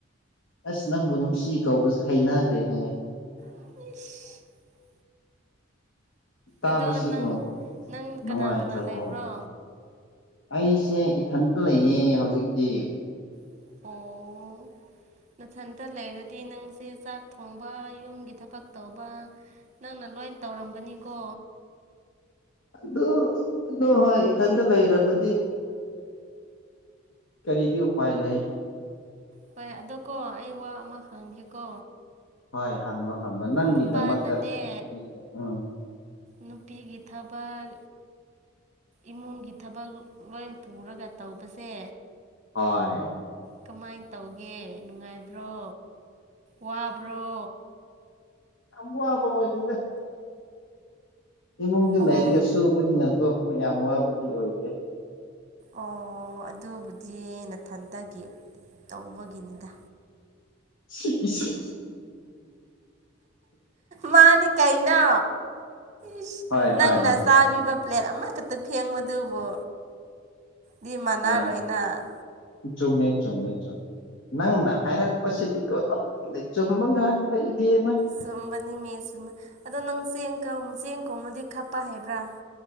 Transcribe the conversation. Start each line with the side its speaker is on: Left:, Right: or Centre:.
Left: ꯑꯁ! ꯅꯪꯕꯨ ꯅꯨꯡꯁꯤ ꯀꯧꯕꯁ ꯍꯩꯅꯗꯦꯅꯦ ꯑꯩꯅ
Right: ꯏꯁꯁ
Left: ꯇꯥꯕꯁꯤꯕꯨ
Right: ꯑꯗꯣ ꯅꯪ -ꯅꯪ ꯀꯅꯥ-
Left: ꯅꯨꯡꯉꯥꯏꯇ꯭ꯔꯕꯣ
Right: ꯀꯅꯥ ꯂꯩꯕ꯭ꯔꯣ?
Left: ꯑꯩꯁꯦ ꯏꯊꯟꯇ ꯂꯩꯌꯦ ꯍꯧꯖꯤꯛꯇꯤ꯫
Right: ꯑꯣ
Left: <unintelligible>
Right: ꯅꯊꯟꯇ ꯂꯩꯔꯗꯤ ꯅꯪꯁꯦ ꯆꯥꯛ ꯊꯣꯡꯕ ꯌꯨꯝꯒꯤ ꯊꯕꯛ ꯇꯧꯕ ꯅꯪꯅ ꯂꯣꯏꯟ ꯇꯧꯔꯝꯒꯅꯤꯀꯣ꯫
Left: ꯑꯗꯨ ꯑꯗꯣ ꯍꯣꯏ ꯏꯊꯟꯇ ꯂꯩꯔꯕꯗꯤ ꯀꯔꯤꯗꯤ ꯎꯄꯥꯏ ꯂꯩ꯫
Right: ꯍꯣꯏ ꯑꯗꯣ ꯀꯣ ꯑꯩ ꯋꯥ ꯑꯃ ꯍꯪꯒꯦꯀꯣ
Left: ꯍꯣꯏ ꯍꯪꯉꯣ ꯍꯪꯉꯣ ꯅꯪꯒꯤꯗꯃꯛꯇ
Right: ꯅꯨꯄꯥꯅꯅꯦ
Left: ꯄꯤꯒꯦ ꯎꯝ
Right: ꯅꯨꯄꯤꯒꯤ ꯊꯕꯛ ꯏꯃꯨꯡꯒꯤ ꯊꯕꯛ ꯂꯣꯏ ꯄꯨꯔꯒ ꯇꯧꯕꯁꯦ
Left: ꯍꯣꯏ
Right: ꯀꯃꯥꯏꯟ ꯇꯧꯒꯦ ꯅꯨꯡꯉꯥꯏꯕ꯭ꯔꯣ? ꯋꯥꯕ꯭ꯔꯣ?
Left: ꯌꯥꯝ ꯋꯥꯕ ꯑꯣꯏꯗꯦꯗ ꯏꯃꯨꯡꯗ
Right: ꯑꯣ
Left: ꯂꯩꯔꯒ ꯁꯨꯕꯅꯤꯅꯀꯣ ꯌꯥꯝ ꯋꯥꯕꯗꯤ ꯑꯣꯏꯗꯦ꯫
Right: ꯑꯣ ꯑꯗꯨꯕꯨꯗꯤ ꯅꯊꯟꯇꯒꯤ ꯇꯧꯕꯒꯤꯅꯤꯗ꯫
Left: ꯁꯤ-ꯏ-ꯁꯦ
Right: ꯃꯥꯅꯤ ꯀꯩꯅꯣ ꯏꯁ
Left: ꯍꯣꯏ
Right: ꯅꯪꯅ
Left: ꯍꯣꯏ ꯍꯣꯏ
Right: ꯆꯥꯕꯤꯕ ꯄ꯭ꯂꯦꯠ ꯑꯃꯈꯇ ꯐꯦꯡꯕꯗꯨꯕꯨ ꯗꯤ ꯃꯥꯟꯅꯔꯣꯏꯅ
Left: ꯌꯥꯝ ꯆꯨꯝꯃꯦ ꯆꯨꯝꯃꯦ ꯆꯨꯝꯃꯦ꯫ ꯅꯪꯅ ꯍꯥꯏꯔꯛꯄꯁꯤꯗꯤꯀꯣ ꯂꯣꯏꯅ ꯆꯨꯝꯕ ꯉꯥꯛꯇ ꯏꯕꯦꯝꯃ
Right: ꯆꯨꯝꯕꯅꯤ ꯃꯦ ꯆꯨꯝꯃ ꯑꯗꯣ ꯅꯪ ꯆꯦꯡꯀ ꯆꯦꯡꯀꯨꯝꯃꯗꯤ ꯈꯞꯄ ꯍꯩꯕ꯭ꯔꯥ?